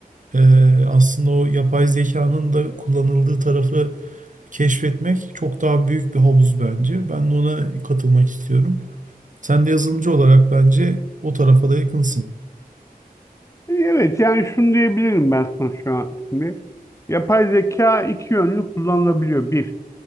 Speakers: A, on the right; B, on the left.
A: e, aslında o yapay zekanın da kullanıldığı tarafı keşfetmek çok daha büyük bir havuz bence. Ben de ona katılmak istiyorum. Sen de yazılımcı olarak bence o tarafa da yakınsın.
B: E, Evet yani şunu diyebilirim ben sana şu an şimdi. Yapay zeka iki yönlü kullanılabiliyor. Bir,